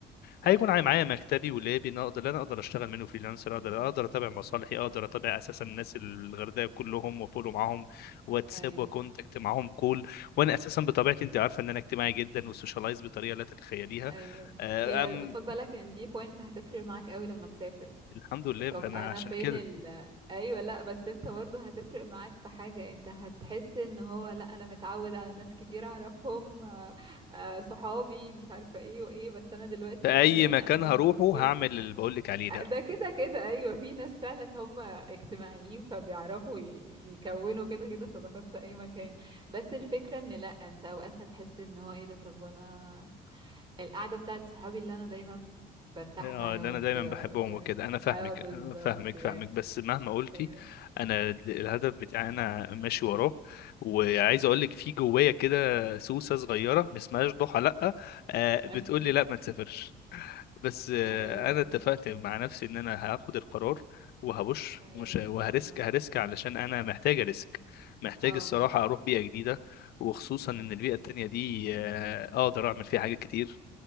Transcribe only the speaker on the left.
هيكون
عاي-
معايا مكتبي ولابي انا اقدر انا اقدر اشتغل منه فريلانسر
اقدر اقدر اتابع مصالحي اقدر اتابع اساسا الناس الغردقه كلهم وافولو معاهم واتساب
وكونتاكت معاهم كول وانا اساسا بطبيعتي انت عارفه ان انا اجتماعي جدا وسوشيالايز بطريقه لا تتخيليها
آه،
ام
الحمد لله
فانا
عشان
كده
في
اي
مكان
هروحه هعمل اللي بقول لك عليه
ده
اه
اللي انا دايما
بحبهم
وكده انا فاهمك
أنا فاهمك
فاهمك بس مهما قلتي
انا د- الهدف بتاعي انا ماشي وراه وعايز اقول لك في جوايا كده سوسه صغيره ما اسمهاش ضحى لا آه
بتقول لي لا ما تسافرش بس آه
انا اتفقت مع نفسي ان انا هاخد القرار وهبش
ومش
وهرسك
هرسك علشان انا محتاج ريسك محتاج
الصراحه اروح بيئه جديده وخصوصا
ان البيئه التانية دي آه اقدر اعمل فيها حاجات كتير